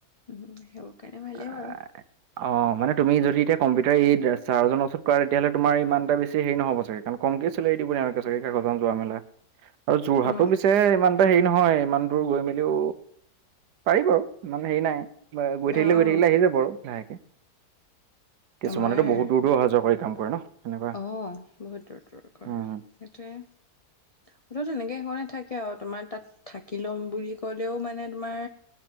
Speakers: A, on the left (about 45°); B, on the right (about 80°).
A: সেইবোৰ কাৰণে ভালেই
B: আ
A: বাৰু।
B: অ', মানে তুমি যদি এতিয়া কম্পিউটাৰ এই ছাৰজনৰ ওচৰত কৰা, তেতিয়াহ'লে তোমাৰ ইমান এটা বেছি হেৰি নহ'ব চাগে। কমকে চিলাৰী দিব <unintelligible> যোৱা মেলা আৰু যোৰহাটো
A: অ'
B: পিছে ইমান হেৰি নহয়, ইমান দূৰ গৈ মেলিও পাৰি বাৰু, ইমান হেৰি নাই। বা গৈ থাকিলে
A: অ'
B: গৈ থাকিলে আহি যাব আৰু লাহেকে। কিছুমানেতো
A: তোমাৰ
B: বহুত দূৰ-দূৰ অহা-যোৱা কৰি কাম কৰে ন সেনেকুৱা।
A: অ বহুত দূৰ-দূৰ কৰে
B: উম,
A: সেইটোৱে। সেইটো তেনেকে কৰে থাকে আৰু তোমাৰ তাত থাকি ল'ম বুলি কলেও মানে তোমাৰ